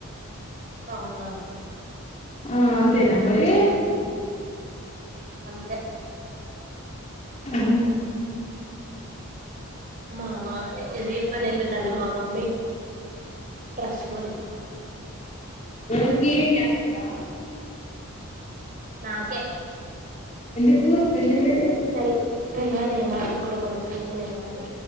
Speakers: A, on the right; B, on the left.
A: అవునా
B: ఆ అంతేనా మరి
A: అంతే
B: ఆహు
A: మా ఏదే పని ఎల్లిండన్న మా మమ్మీ, డ్రెస్ కొనిత
B: ఎవరికి మీ అక్కకా
A: నాకే
B: ఎందుకు స్పెషల్ ఏంది
A: తెల్ తెల్వదిక మా కుడ కొనిత్తదో కొనేవోగానీ